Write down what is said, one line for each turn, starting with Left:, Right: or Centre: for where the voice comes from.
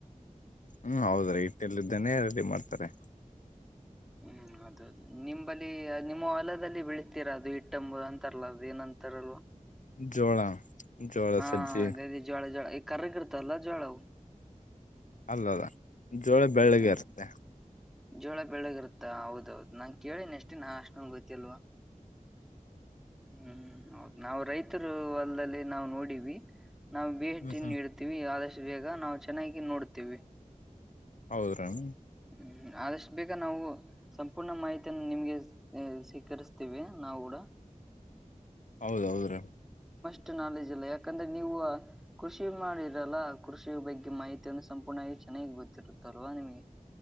Left: ಹ್ಮ್ ಹೌದ್ರೀ ಇಟ್ಟೆಲ್ಲ್ದಾನೇ ರೆಡಿ ಮಾಡ್ತಾರೆ <inaudible>
Centre: ಹ್ಮ್ ಅದ ನಿಂಬಲ್ಲಿ ನಿಮ್ಮ ಹೊಲದಲ್ಲಿ ಬೆಳೀತೀರಾ ಅದು ಹಿಟ್ಟಂಬುದು ಅಂತಾರಲ್ಲ ಅದು ಏನಂತಾರಲ್ವಾ
Left: ಜೋಳ ಜೋಳ
Centre: ಹಾ
Left: ಸಜ್ಜಿ
Centre: ಅದೇ ಜೋಳ ಜೋಳ ಈ ಕರ್ರಗ ಇರ್ತವಲ್ಲಾ ಜೋಳವು
Left: ಅಲ್ಲಲ್ಲ ಜೋಳೆ ಬೆಳ್ಳಗೆ
Centre: ಹ್ಮ್
Left: ಇರುತ್ತೆ
Centre: ಜೋಳ ಬೆಳಗ್ಿರುತ್ತಾ ಹೌದೌದದು ನಾನ್ ಕೇಳಿ ಎಷ್ಟೇ ನಾ ಅಷ್ಟೊಂದು ಗೊತ್ತಲ್ವಾ ಹ್ಮ್ ಹೌದು ನಾವವು ರೈತರು ಅಲ್ಲಲ್ಲಿ ನಾವವು ನೋಡವಿ ನಾವು ಬಿ ಎ ಟ
Left: ಹ್ಮ್
Centre: ನೀಡ್ತೀವಿ ಆದಷ್ಟು ಬೇಗ ನಾವು ಚೆನ್ನಾಗಿ ನೋಡ್ತೀವಿ
Left: ಹೌದ ರಾಮ
Centre: ಹ್ಮ ಆದಷ್ಟು ಬೇಗ ನಾವು ಸಂಪೂರ್ಣ ಮಾಹಿತಿಯನ್ನು ನಿಮ್ಗೆ ಸ್ವೀಕರಿಸ್ತೀವಿ ನಾವು ಕೂಡ
Left: ಹೌದೌದ್ರೀ
Centre: ಷ್ಟು ನಾಲೆಜ್ ಇಲ್ಲ ಯಾಕಂದ್ರೆ ನೀವು ಕೃಷಿ ಮಾಡಿರಲ್ಲ ಕೃಷಿ ಬಗ್ಗೆ ಮಾಹಿತಿಯನ್ನು ಸಂಪೂರ್ಣವಾಗಿ ಚೆನ್ನಾಗಿ ಗೊತ್ತಿರುತ್ತಲ್ವಾ ನಿಮಗೆ